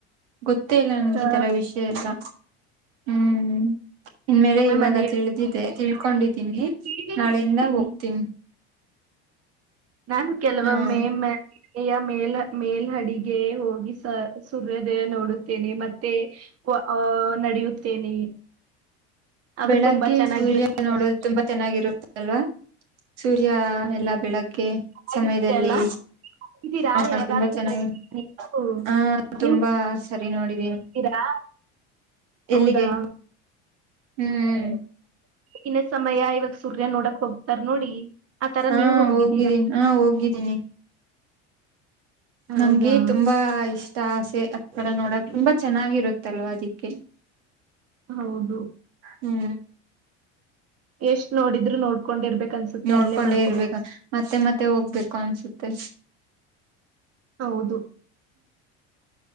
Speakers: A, on the right; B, on the right.
A: ಗೊತ್ತೇ ಇಲ್ಲ ನನ್ಗೆ
B: ಆ,
A: ಈ ತರ ವಿಷಯ ಎಲ್ಲ ಹ್ಮ್ ಇನ್ ಮೇಲೆ
B: ಒಮ್ಮೆ
A: ಇವಾಗ
B: ಮನೆಯ
A: ತಿಳಿದಿದೆ ತಿಳ್ಕೊಂಡಿದ್ದೀನಿ
B: ಮೇಲೆ ಹೀಗೆ
A: ನಾಳೆಯಿಂದ
B: ಹೇಳ್ತೀನಿ
A: ಹೋಗ್ತೀನಿ
B: ನಾನು ಕೆಲವೊಮ್ಮೆ
A: ಹ್ಮ್
B: ಏನ್ ಮಾಡ್ತೀನಿ ಮೆಯ ಮೇಲ್ ಮೇಲ್ಹಡಿಗೆ ಹೋಗಿ ಸ ಸೂರ್ಯೋದಯ ನೋಡುತ್ತೇನೆ ಮತ್ತೆ ಆಹ ನಡೆಯುತ್ತೇನೆ ಅದು
A: ಬೆಳಗ್ಗೆ
B: ತುಂಬಾ ಚೆನ್ನಾಗಿರುತ್ತೆ
A: ಸೂರ್ಯ ನೋಡೋದು ತುಂಬಾ ಚೆನ್ನಾಗಿರುತ್ತೆ ಅಲ್ವಾ ಸೂರ್ಯ ಎಲ್ಲಾ ಬೆಳಗ್ ಕೆ
B: ಹಾಗಿರುತ್ತೆ
A: ಸಮಯದಲ್ಲಿ
B: ಅಲ್ಲ ಹೋಗಿದ್ದೀರಾ
A: ಹ
B: ಯಾವಾಗಾದ್ರೂ
A: ತುಂಬಾ ಚೆನ್ನಾಗಿ
B: ನೋಡಿದೀರಾ ನೀವು
A: ಹಾ ತುಂಬಾ
B: ನೀವು
A: ಸರಿ ನೋಡಿದೀನಿ
B: ಹೋಗಿದ್ದೀರಾ ಹೌದಾ
A: ಎಲ್ಲಿಗೆ ಹ್ಮ್
B: ಇನ್ನ ಸಮಯ ಇವಾಗ ಸೂರ್ಯ ನೋಡಕ್ ಹೋಗ್ತಾರ ನೋಡಿ ಆತರ
A: ಹಾ
B: ನೀವ್ ಹೋಗಿದ್ದೀರಾ
A: ಹೋಗಿದ್ದೀನಿ ಹಾ ಹೋಗಿದ್ದೀನಿ
B: ಹೌದಾ
A: ನಂಗೆ ತುಂಬಾ ಇಷ್ಟ ಆಸೆ ಹಥರಾ ನೋಡಕ್ ತುಂಬಾ ಚೆನ್ನಾಗಿರುತ್ತಲ್ವಾ ಅದಿಕ್ಕೆ
B: ಹೌದು
A: ಹ್ಮ್ಂ
B: ಎಷ್ಟ್ ನೋಡಿದ್ರರು ನೋಡ್ಕೊಂಡಿರ್ಬೇಕ್ ಅನ್ಸುತ್ತೆ
A: ನೋಡ್ಕೊಂಡೆ
B: ಅಲ್ಲೇ ಮಲ್ಕೋಬೇಕು
A: ಇರ್ಬೇಕ ಮತ್ತೆ ಮತ್ತೆ ಹೋಗ್ಬೇಕು ಅನ್ಸುತ್ತೆ
B: ಹೌದು